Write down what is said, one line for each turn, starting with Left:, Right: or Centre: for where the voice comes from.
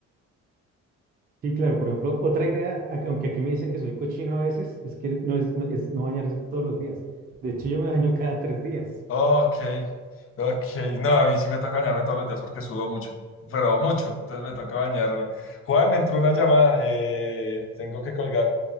Right: Sí, claro, por ejemplo, otra idea, a- aunque aquí me dicen que soy cochino a veces, es que no es, no es no bañarse todos los días. De hecho, yo me baño cada tres días.
Left: Ok, ok. No, a mí sí me toca bañarme todos los días porque sudo mucho, pero mucho. Entonces me toca bañarme. Juan, me entró una llamada. eh, tengo que colgar.